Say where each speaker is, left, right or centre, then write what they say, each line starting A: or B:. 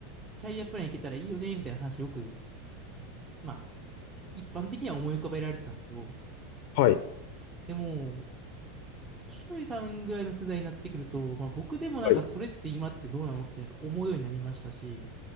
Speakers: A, on the right; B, on the left.
A: キャリアプランいけたらいいよね、みたいな話よく、まあ一般的には思い浮かべられてたんですよ。
B: はい、
A: でも、年寄りさんぐらいの世代になってくると、まあ、僕でもなんかそれって今ってどうなのってなんか思うようになりましたし、
B: はい、